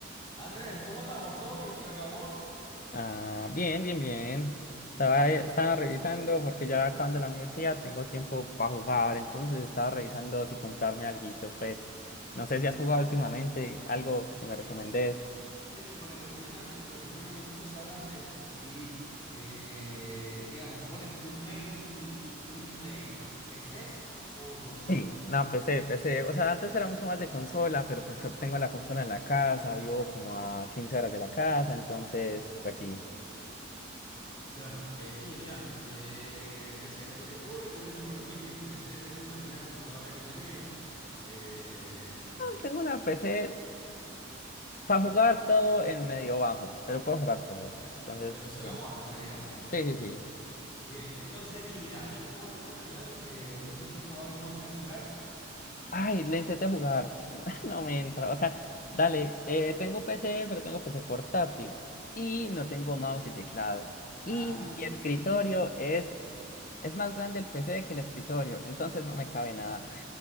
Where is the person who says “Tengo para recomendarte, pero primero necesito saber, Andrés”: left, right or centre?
Left